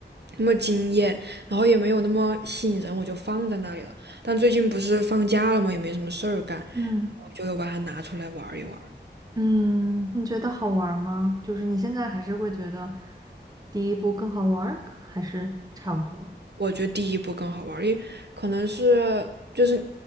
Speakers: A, on the right (about 60°); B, on the right (about 20°).
A: 那么惊艳，然后也没有那么吸引人，我就放在那里了。但最近不是放假了嘛，也没什么事儿干，
B: 嗯
A: 我就又把它拿出来玩儿一玩
B: 嗯，你觉得好玩儿吗？就是你现在还是会觉得第一部更好玩儿，还是差不多？
A: 我觉得第一部更好玩因为可能是就是